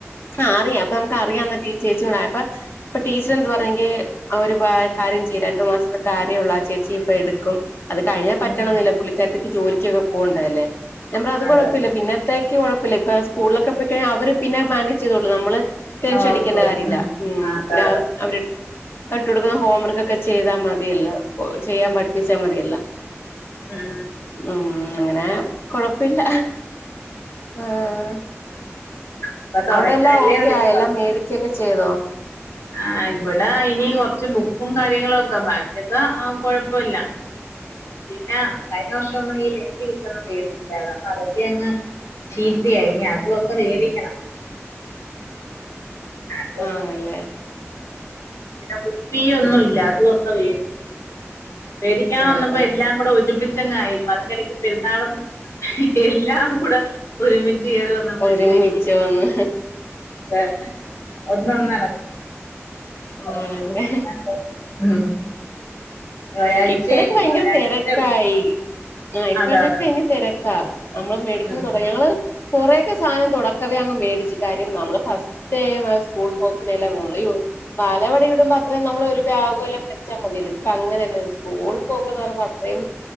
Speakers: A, on the left (about 50°); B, on the left (about 80°).
A: ആഹ് അറിയാം അപ്പ അമ്മക്ക് അറിയാവുന്ന ചേച്ചി കൂടായപ്പൊ ടീ ച്ചെന്ത് പറഞ്ഞെങ്കിൽ അവര് പാ കാര്യം ചെയ്യ് രണ്ടു മാസത്തെ കാര്യയൊള്ളൂ ആ ചേച്ചി ഇപ്പ എടുക്കും. അത് കഴിഞ്ഞാൻ പറ്റണോന്നില്ല
B: ഉം
A: പുള്ളിക്കാരത്തിക്ക് ജോലിക്കൊക്കെ പോകണ്ടതല്ലേ ഞാൻ പറഞ്ഞു അത്
B: അതെ
A: കുഴപ്പമില്ല
B: അതെ
A: പിന്നെ ത്തേക്ക് കുഴപ്പമില്ല ഇപ്പ സ്കൂള്‌ലൊക്കെ പോയ് കഴിഞ്ഞാൽ അവര് പിന്നെ മാനേജ്യ്തോളൂ നമ്മള് ടെൻഷൻ അടിക്കേണ്ട
B: ഓക്കെ ഉം
A: കാര്യ ഇല്ല ഉം
B: അതെ
A: പിന്നെ
B: അതെ
A: അവർ അവര് അവര് ഇട്ട് കൊടുക്കുന്ന ഹോംവർക്കൊക്കെ ചെയ്താൽ മതിയല്ലോ ചെയ്യാൻ പഠിപ്പിച്ചാൽ മതിയല്ലോ
B: ഉം
A: ഉം അങ്ങനെ കൊഴപ്പമില്ല ആഹ്
B: ഇപ്പൊ തുടങ്ങിയതല്ലേ
A: അവിടെ എല്ലാം ഓക്കെ
B: ഉള്ളൂ ഇനി
A: ആയോ എല്ലാം
B: പറ
A: മേടിക്കൊക്കെ ചെയ്തോ
B: ആഹ് ഇവിടെ ഇനി കൊറച്ച് ബുക്കും കാര്യങ്ങളൊക്കെ ബാക്കിയൊക്കെ ആഹ് കൊഴപ്പമില്ല. പിന്നെ കഴിഞ്ഞ വർഷം ഈ <unintelligible> മേടിച്ചാര്ന്നു അപ്പൊ അതൊക്കെ അങ്ങ് ചീത്തയായി ഇനി അതൊക്കെ വേടിക്കണം. അത്
A: ആണല്ലേ
B: പിന്നെ കുപ്പിയൊന്നും ഇല്ല അത്‌ ഒക്കെ വേ ടിക്കാൻ വന്നപ്പോ
A: ആ ആ
B: എല്ലാം കൂടെ ഒരു മിച്ചങ്ങായി അതിന്നിടക്ക് പെരുന്നാളും എല്ലാം കൂടെ ഒരുമിച്ച് കേറിവ മ്പൾത്തേക്ക്
A: ഒരുമിച്ച് വന്ന്
B: ആഹ് ഒന്നൊന്നു <unintelligible>
A: ആണല്ലേ
B: ഉം ഇനി ഒരാഴ്ചേ
A: ഇപ്പഴ ഒക്കെ ഭയങ്കര
B: ഒരാഴ്ചേന്നേ
A: തിരക്കായി.
B: ഉള്ളൂ
A: ആഹ് ഇപ്പോഴൊക്കെ
B: അതെ അതെ
A: ഇനി തിരക്കാ നമ്മള് മേടിക്കുമ്പൊ
B: ഉം
A: തുടങ്ങി ഞങ്ങള് കൊറേക്കെ സാനം തുടക്കവേ അങ്ങ് മേടിച്ച് കാര്യം നമ്മള് ഫസ് <unintelligible> സ്കൂൾ പോക്കിനെല്ലാം <unintelligible> <unintelligible> ഇടുമ്പോ അത്രേം നമ്മളൊരു ബാഗ് വല്ലോം വെച്ചാ മതിയല്ലോ ത്പ്പങ്ങനല്ലല്ലോ കൂൾ പോക്ക്ന്ന് പറയുമ്പോ അത്രയും